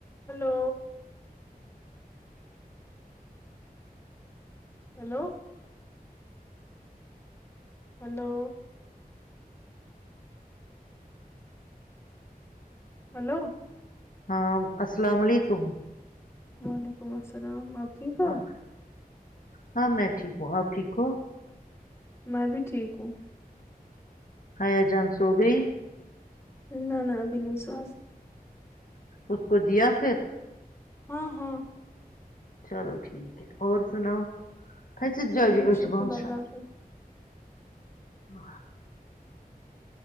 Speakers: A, on the left; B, on the left.
A: Hello hello hello hello
B: ہاں السلام علیکم
A: وعلیکم السلام آپ ٹھیک ہو
B: آہ، ہاں میں ٹھیک ہوں آپ ٹھیک ہو
A: میں بھی ٹھیک ہوں
B: ہایا جام سو گئی
A: نہ نہ ابھی نہیں سواس
B: اس کو دیا پھر
A: ہاں ہاں
B: چلو ٹھیک ہے اور سناؤ تھست جائجی
A: بہت
B: اچھ
A: شکر
B: بند
A: اللہ
B: سن
A: کا
B: ا